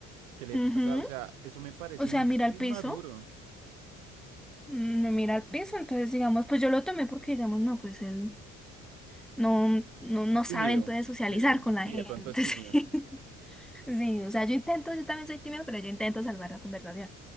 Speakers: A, on the right; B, in the centre.
A: ¿Qué le
B: ujú,
A: pasa? O sea, eso me parece
B: O sea,
A: muy
B: mira al
A: inmaduro.
B: piso, mm, me mira al piso, entonces digamos, pues yo lo tomé porque digamos, no, pues él no, no, no
A: Es tímido.
B: sabe entonces socializar
A: De- de-
B: con la
A: Sí,
B: gente,
A: de pronto es tímido.
B: <laughs> sí. Sí, o sea, yo intento, yo también soy tímida, pero yo intento salvar la conversación.